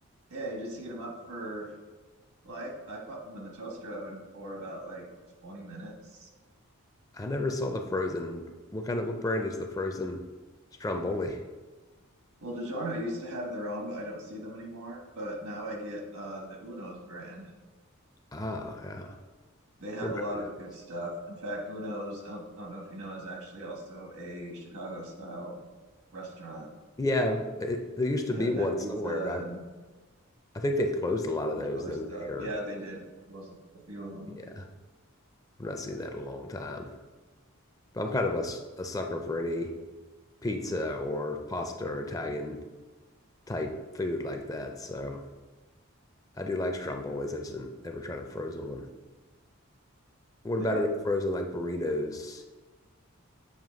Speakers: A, on the right (about 80°); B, on the left (about 15°).
A: Yeah, you just heat them up for, well, I, I pop them in the toaster oven for about like 20 minutes.
B: I never saw the frozen. What kind of what brand is the frozen Stromboli?
A: Well, DiGiorno used to have their own, but I don't see them anymore. But now I get uh, the Uno's brand.
B: Ah, yeah.
A: They have
B: Everybody
A: a lot
B: knows.
A: of good stuff. In fact, Uno's, I don't, I don't know if you know, is actually also a Chicago style restaurant.
B: Yeah, it, there used
A: It
B: to
A: has
B: be one
A: that
B: somewhere,
A: pizza
B: but
A: and
B: I, I think they closed a lot
A: a
B: of
A: bunch
B: those,
A: of other
B: and
A: stuff.
B: they are.
A: Yeah, they did close a few of them.
B: Yeah, I've not seen that in a long time. But I'm kind of a, s- a sucker for any pizza or pasta or Italian type food like that. So I do like Strombolis. I just didn't ever tried a frozen one. What
A: There,
B: about any frozen like burritos?